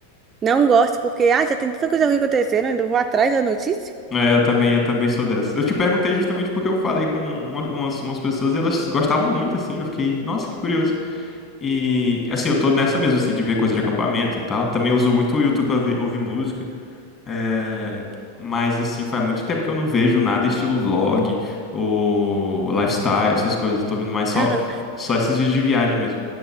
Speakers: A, on the right; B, on the left.
A: não gosto, porque, ah, já tem tanta coisa ruim acontecendo, ainda vou atrás da notícia?
B: É, eu também, eu também sou dessa. Eu te perguntei justamente porque eu falei com uma- umas, umas pessoas e elas gostavam muito, assim. Eu fiquei, nossa, que curioso. E, assim, eu tô nessa mesmo, assim, de ver coisa de acampamento e tal. Também uso muito o YouTube pra ver- ouvir música. É, mas, assim, faz muito tempo que eu não vejo nada estilo vlog ou lifestyle, essas coisas. Eu tô vendo mais só,
A: Aham.
B: só esses vídeos de viagem mesmo.